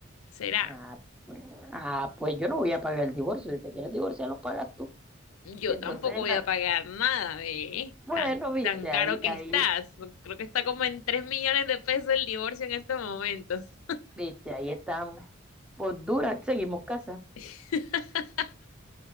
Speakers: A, on the left; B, in the centre.
A: será.
B: Ah, pues, ah, pues yo no voy a pagar el divorcio, si te quieres divorciar lo pagas tú.
A: Yo
B: Y entonces,
A: tampoco
B: en
A: voy
B: la...
A: a pagar nada, ve,
B: bueno,
A: Tan,
B: viste,
A: tan caro
B: ahí,
A: que
B: ahí,
A: estás. Creo que está como en 3 millones de pesos el divorcio en estos momentos.
B: viste, ahí estamos. Por dura, seguimos casados.
A: <laughs>